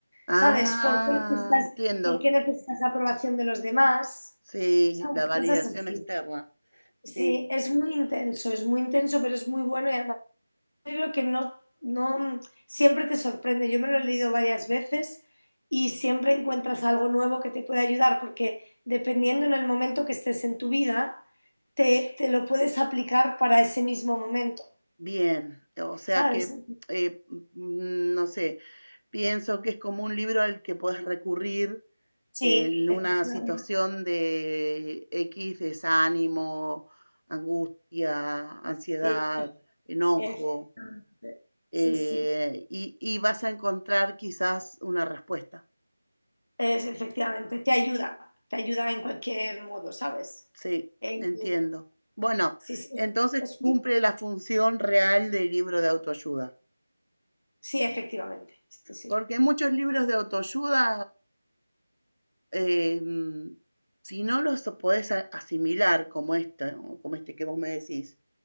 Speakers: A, on the right (about 80°); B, on the left (about 55°).
A: Ah,
B: ¿Sabes? ¿Por qué necesitas,
A: entiendo.
B: por qué necesitas aprobación de los demás?
A: Sí,
B: ¿Sabes?
A: la validación
B: Cosas así.
A: externa.
B: Sí,
A: Sí,
B: es muy intenso, es muy intenso, pero es muy bueno y además libro que no, no siempre te sorprende. Yo me lo he leído varias veces y siempre encuentras algo nuevo que te puede ayudar, porque dependiendo en el momento que estés en tu vida, te, te lo puedes aplicar para ese mismo momento,
A: bien. O sea
B: ¿sabes?
A: que, eh, mm, no sé, pienso que es como un libro al que puedes recurrir
B: Sí,
A: en
B: efectivamente.
A: una situación de X desánimo, angustia, ansiedad,
B: Sí,
A: enojo,
B: efectivamente.
A: eh,
B: Sí, sí,
A: y, y vas a encontrar quizás una respuesta.
B: es, efectivamente. Te ayuda, te ayuda en cualquier modo, ¿sabes?
A: Sí,
B: El-
A: entiendo. Bueno,
B: sí, sí,
A: entonces
B: sí, es-
A: cumple la función real del libro de autoayuda,
B: sí, efectivamente. Sí, sí.
A: porque muchos libros de autoayuda, eh, mm, si no los podés a- asimilar como este, ¿no? como este que vos me decís,